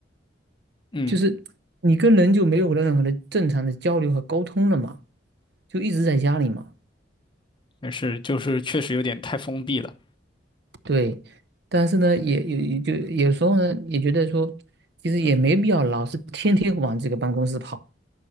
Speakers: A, on the left; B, on the right.
A: 嗯，
B: 就是你跟人就没有任何的正常的交流和沟通了嘛，就一直在家里嘛。
A: 但是就是确实有点太封闭了。
B: 对，但是呢，也也也就有时候呢，也觉得说，其实也没必要老是天天往这个办公室跑，